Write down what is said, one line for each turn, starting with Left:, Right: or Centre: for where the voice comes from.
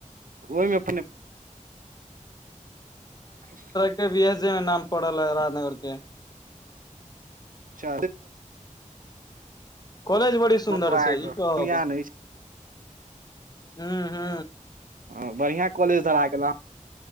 Right: आइमें <unintelligible>
Left: वि एस जे नाम पारल य राजनगर के
Right: चा
Left: कॉलेज बड़ी सुन्दर
Right: बढ़िया
Left: छै ई तब
Right: नहि छै
Left: हु हु
Right: ह बढ़िया कॉलेज धरा गेल आ